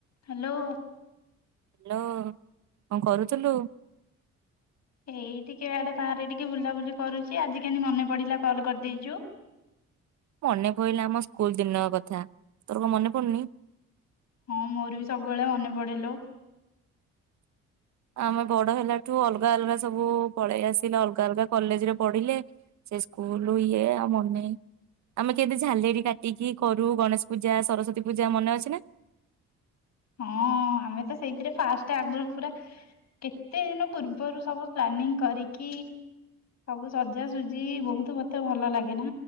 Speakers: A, on the left (about 60°); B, on the right (about 65°).
A: Hello
B: hello କଣ କରୁଥିଲୁ?
A: ଏଇ ଟିକେ ଆଡେ ବାହାରେ ଟିକେ ବୁଲାବୁଲି କରୁଛି ଆଜି କେମତି ମନେ ପଡିଲା କଲ କରିଦେଇଛୁ
B: ମନେ ପଡିଲା ଆମ ସ୍କୁଲ ଦିନ କଥା ତୋର କଣ ମନେ ପଡୁନି
A: ହଁ ମୋର ବି ସବୁବେଳେ ମନେ ପଡେଲୋ
B: ଆମେ ବଡ ହେଲାଠୁ ଅଲଗା ଅଲଗା ସବୁ ପଳେଇ ଆସିଲେ ଅଲଗା ଅଲଗା କଲେଜରେ ପଢିଲେ ସେ ସ୍କୁଲ ଇଏ ଆଉ ମନେ ଆମେ କେମିତି ଝାଲେରି କାଟିକି କରୁ ଗଣେଶ ପୂଜା ସରସ୍ଵତୀ ପୂଜା ମନେ ଅଛି ନା।
A: ହଁ ଆମେ ତ ସେଇଥିରେ ଫାଷ୍ଟ ଆଗରୁ ପୁରା କେତେ ଦିନ ପୂର୍ବରୁ ସବୁ ପ୍ଲାନିଂ କରିକି ସବୁ ସଜାସଜି ବହୁତ ମତେ ଭଲ ଲାଗେ ନା